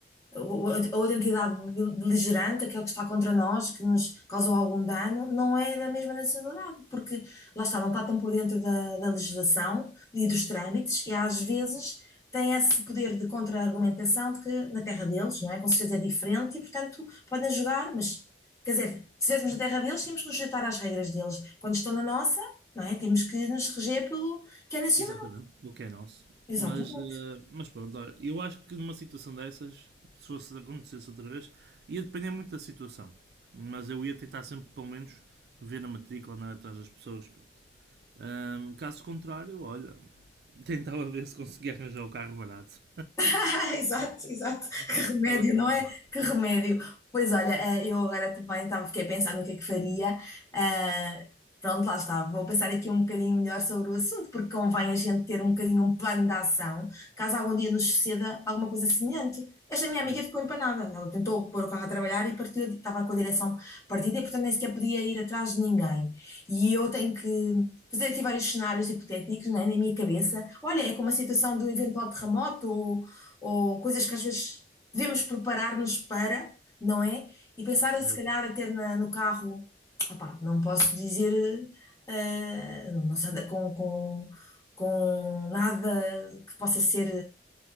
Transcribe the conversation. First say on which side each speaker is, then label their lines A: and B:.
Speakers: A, on the left (about 15°); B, on the right (about 60°).
A: ou- ou outra entidade beligerante, aquele que está contra nós, que nos causou algum dano, não é da mesma nacionalidade, porque lá está, não está tão por dentro da, da legislação e dos trâmites, e às vezes tem esse poder de contra-argumentação de que na terra deles, não é? Com certeza é diferente e, portanto, podem jogar, mas, quer dizer, se estivéssemos na terra deles, tínhamos que nos sujeitar às regras deles. Quando estão na nossa, não é? Temos que nos reger pelo que é nacional.
B: Exatamente, do que é nosso.
A: Exatamente.
B: Mas, eh, mas pronto, olha, eu acho que numa situação dessas, se fosse acontecesse outra vez, ia depender muito da situação. Mas eu ia tentar sempre, pelo menos, ver a matrícula, andar atrás das pessoas. Pronto. Ahm, caso contrário, olha, <laughs> tentava ver se conseguia arranjar o carro barato.
A: <laughs> Exato, exato.
B: <laughs>
A: Que
B: Não,
A: remédio,
B: ficava tramado.
A: não é? Que remédio. Pois olha, eh, eu agora também estava, fiquei a pensar no que é que faria. Ah, pronto, lá está. Vou pensar aqui um bocadinho melhor sobre o assunto, porque convém a gente ter um bocadinho um plano de ação, caso algum dia nos suceda alguma coisa semelhante. Esta minha amiga
B: Mas,
A: ficou empanada. Ela tentou pôr o carro a trabalhar e partiu, estava com a direção partida e, portanto, nem sequer podia ir atrás de ninguém. E eu tenho que fazer aqui vários cenários hipotéticos, né, na minha cabeça. Olha, é como a situação do eventual terremoto ou ou coisas que às vezes devemos preparar-nos para, não é? E pensar,
B: certo.
A: se calhar, até na- no carro, opá, não posso dizer, eh, não se anda com, com, com nada que possa ser